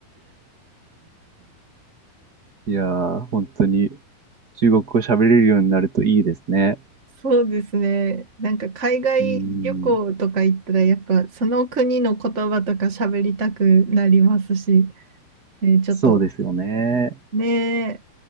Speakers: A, on the right; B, on the right.
A: いやー、本当に中国語喋れるようになるといいですね。
B: そうですね。なんか海外旅行とか行ったら、
A: うーん、
B: やっぱその国の言葉とか喋りたくなりますし、ね、ちょっと
A: そうですよね。
B: ね、